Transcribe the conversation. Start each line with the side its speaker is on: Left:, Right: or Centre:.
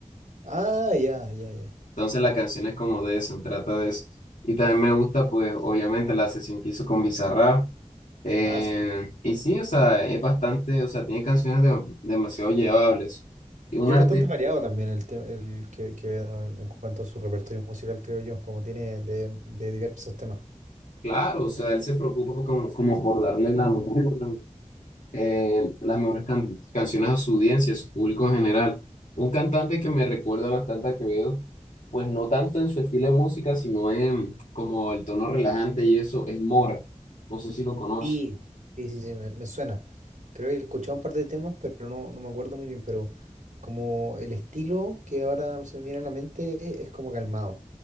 Right: Ah, ya, ya, ya.
Left: Entonces la canción es como de eso, trata de eso. Y también me gusta, pues, obviamente la sesión que hizo con Bizarrap. Eh,
Right: Ah, sí.
Left: y sí, o sea, es bastante, o sea, tiene canciones de- demasiado llevables. Y un
Right: Y es
Left: artista,
Right: bastante variado también el tema, el que, Quevedo en, en cuanto a su repertorio musical, creo yo, como tiene de, de diversos temas.
Left: claro, o sea, él se preocupa por como, como por darle la mejor, eh, las mejores can- canciones a su audiencia, a su público en general. Un cantante que me recuerda bastante a Quevedo, pues no tanto en su estilo de música, sino en como el tono relajante y eso, es Mora. No sé si lo conoces.
Right: Sí, sí, sí, sí, me, me suena. Creo que he escuchado un par de temas, pero no, no me acuerdo muy bien, pero como el estilo que ahora se me viene a la mente es como calmado,